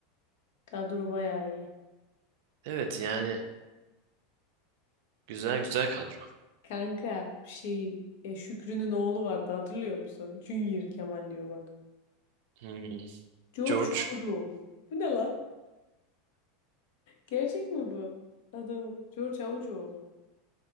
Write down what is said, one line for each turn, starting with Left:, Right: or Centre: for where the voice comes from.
Left: Kadro bayağı iyi.
Right: Evet yani güzel güzel kadro.
Left: Kanka şeyin e, Şükrü'nün oğlu vardı hatırlıyor musun? Junior Kemal diyor bak.
Right: Hmm,
Left: George
Right: George
Left: Havucıoğlu. Bu ne lan? Gerçek mi bu? Adamı. George Havucıoğlu.